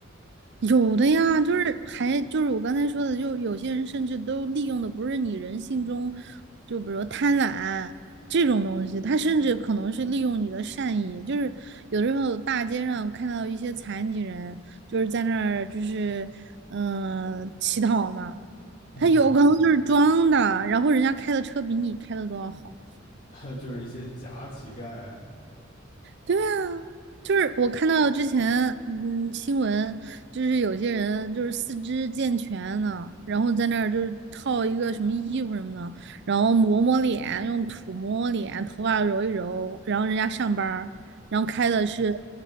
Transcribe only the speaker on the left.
嗯，
<laughs> 就是一些假乞丐，